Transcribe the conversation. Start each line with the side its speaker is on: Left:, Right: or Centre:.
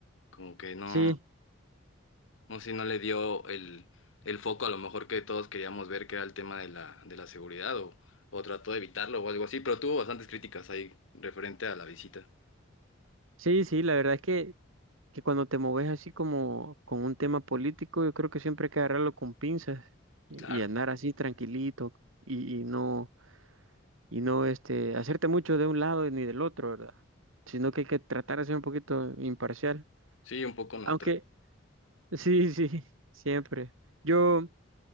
Left: Como que no.
Right: sí,
Left: No sé si no le dio el, el foco a lo mejor que todos queríamos ver, que era el tema de la, de la seguridad, o, o trató de evitarlo o algo así, pero tuvo bastantes críticas ahí referente a la visita.
Right: sí, sí, la verdad es que, que cuando te moves así como con un tema político, yo creo que siempre hay que agarrarlo con pinzas y,
Left: Claro,
Right: y andar así tranquilito y, y no, y no este, hacerte mucho de un lado ni del otro, ¿verdad? Sino que hay que tratar de ser un poquito imparcial.
Left: sí, un poco neutral.
Right: Aunque, sí, sí, siempre. Yo,